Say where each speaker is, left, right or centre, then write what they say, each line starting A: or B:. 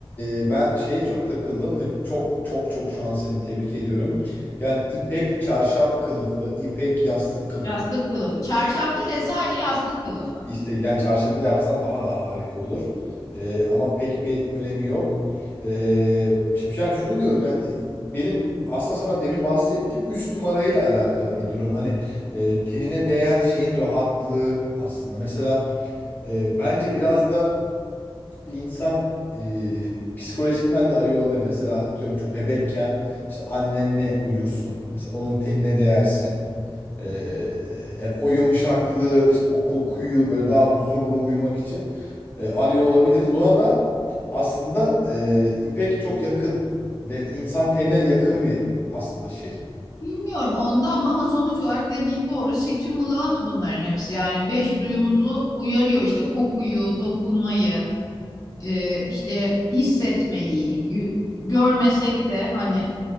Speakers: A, on the left; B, on the left.
A: e, ben şeye çok takıldım ve çok çok çok şu an seni tebrik ediyorum. Yani ipek çarşaf kılıfı, ipek yastık kılıf.
B: Yastık kılıfı. Çarşaf değil de sadece yastık kılıfı.
A: İşte yani çarşafı da yapsan daha da harika olur. Ee, ama pek bir önemi yok. Ee, şimdi yani şunu diyorum yani benim aslında sana demin bahsettiğim 3 numarayla alakalı bir durum. Hani e, tenine değen şeyin rahatlığı aslında. Mesela e, bence biraz da insan e, psikolojikmen de arıyor olabilir. Mesela atıyorum çok bebekken işte annenle uyursun. Mesela onun tenine değersin. E, yani o yumuşaklığı, işte o kokuyu böyle daha huzurlu uyumak için e, arıyor olabiliriz. Buna da aslında e, ipek çok yakın. De, insan tenine yakın bir aslında şey.
B: Bilmiyorum onda ama ama sonuç olarak dediğin doğru. Stimulant bunların hepsi. Yani beş duyumuzu uyarıyor işte kokuyu, dokunmayı, e, işte hissetmeyi, gü- görmesek de hani